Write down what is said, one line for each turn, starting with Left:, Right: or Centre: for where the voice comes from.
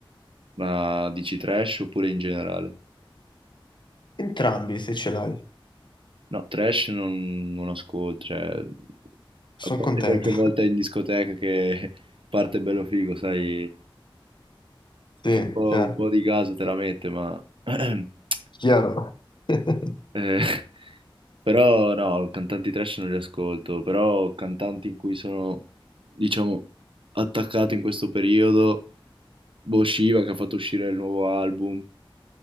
Right: ma dici trash oppure in generale?
Left: Entrambi, se ce l'hai.
Right: No, trash non, non ascolto, cioè,
Left: Sono
Right: a parte
Left: contento.
Right: qualche
Left: <laughs>
Right: volta in discoteca che <laughs> parte bello figo, sai,
Left: Sì,
Right: che un po',
Left: chiaro.
Right: un po' di gas te la mette, ma <clears throat>
Left: Chiaro. <laughs>
Right: eh, <laughs> Però no, cantanti trash non li ascolto, però cantanti in cui sono, diciamo, attaccato in questo periodo, Boh Shiva che ha fatto uscire il nuovo album,